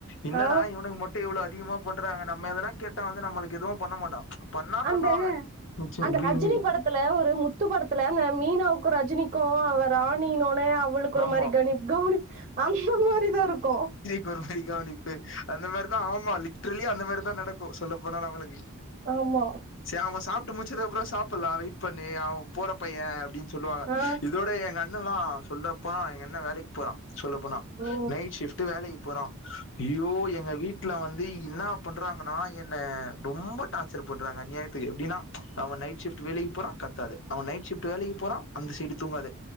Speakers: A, on the left; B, on the right.
A: என்னன்னா
B: ஆ
A: இவனுக்கு மொட்டும் எவ்வளோ அதிகமா பண்றாங்க நம்ம எதனா கேட்டா வந்து நம்ம எதுவும் பண்ண மாட்டாம் பண்ணா
B: அந்த
A: பண்ணுவாங்க கொஞ்சம்
B: அந்த
A: அப்படி
B: ரஜினி படத்துல ஒரு முத்து படத்துல மீனாவுக்கும் ரஜினிக்கும் அவர் ராணினோனே அவ அவளுக்கு ஒரு
A: ஆமா
B: மாதிரி கி கவனி அந்த மாதிரிதான் இருக்கும்
A: பெம கவனிப்பு அந்த மாதிரி தான் ஆமா லிட்ரலி அந்த மாதிரிதான் நடக்கும் சொல்ல போனால நம்மளுக்கு
B: ஆமா
A: சரி அவன் சாப்பிட்டு முடிச்சது அப்புறம் சாப்பிடலாம் வெயிட் பண்ணி அவன் போற பையன் அப்படின்னு சொல்லுவாங்க
B: ஆ
A: இதோட எங்க அண்ண எல்லாம் சொல்ல போனா எங்க அண்ண வேலைக்கு போறான் சொல்ல போனா
B: ஓ
A: நைட் ஷிப்ட்டு வேலைக்கு போகிறோம் ஐயோ எங்கள் வீட்டில் வந்து என்ன பண்ணுறாங்கன்னா என்ன ரொம்ப டார்ச்சர் பண்றாங்க அநியாயத்துக்கு எப்படின்னா அவ நைட் ஷிப்ட் வேலைக்கு போற கத்தாது அவன் நைட் ஷிப்ட் வேலைக்கு போறான் அந்த சைடு தூங்காத